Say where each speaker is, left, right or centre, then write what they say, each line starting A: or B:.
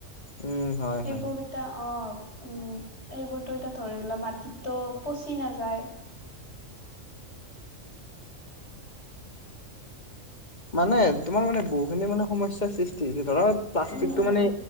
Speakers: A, on the left; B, on the left.
A: উম, হয়
B: সেইবোৰ
A: -হয়।
B: এতিয়া অঁ, উম এইবোৰতো এতিয়া ধৰি লোৱা মাটিতো পচি নাযায়।
A: উম। মানে তোমাৰ মানে বহুখিনি মানে সমস্যা সৃষ্টি- ধৰা প্লাষ্টিকটো
B: উম উম
A: মানে